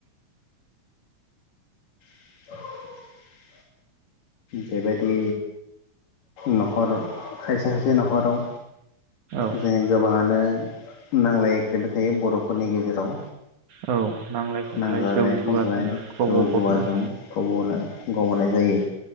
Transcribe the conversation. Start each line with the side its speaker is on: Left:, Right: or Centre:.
Left: <inaudible> बेबायदि न'खर खायसे खायसे न'खराव
Right: औ
Left: जों गोबाङानो नांज्लायख्लायबाय थायो बर'फोरनि गेजेराव।
Right: औ नांलाय खमलाय
Left: नांज्लायनाय
Right: जौ जुवाजों
Left: खमज्लायनाय
Right: गबफबनाय
Left: जौ जुवाजों गबफबनाय गबनाय जायो।